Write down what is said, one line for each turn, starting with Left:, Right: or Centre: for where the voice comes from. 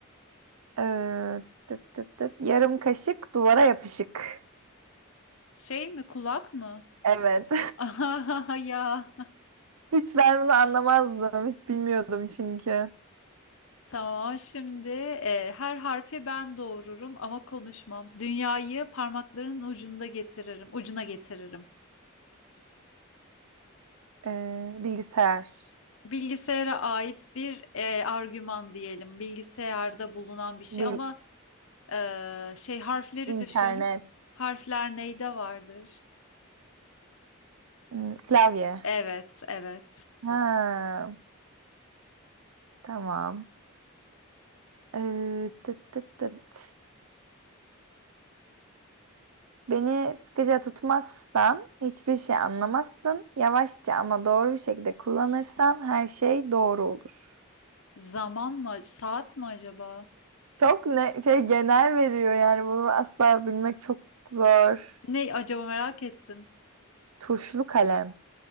Right: Ee, tıt tıt tıt. Yarım kaşık duvara yapışık.
Left: Şey mi kulak mı?
Right: Evet.
Left: <laughs> Ah ya.
Right: <laughs> Hiç ben bunu anlamazdım. Hiç bilmiyordum çünkü.
Left: Tamam şimdi e, her harfi ben doğururum ama konuşmam. Dünyayı parmakların ucunda getiririm, ucuna getiririm.
Right: Ee, bilgisayar.
Left: Bilgisayara ait bir e, argüman diyelim. Bilgisayarda bulunan bir şey
Right: Bil
Left: ama Ee, şey harfleri
Right: internet.
Left: düşün. Harfler neyde vardır?
Right: Hmm, Klavye.
Left: Evet, evet.
Right: Ha, tamam. Ee, tıt tıt tıt. Beni sıkıca tutmazsan hiçbir şey anlamazsın. Yavaşça ama doğru bir şekilde kullanırsan her şey doğru olur.
Left: Zaman mı? Saat mi acaba?
Right: Çok ne şey genel veriyor yani bunu asla bilmek çok zor.
Left: Ne acaba merak ettim.
Right: Tuşlu kalem.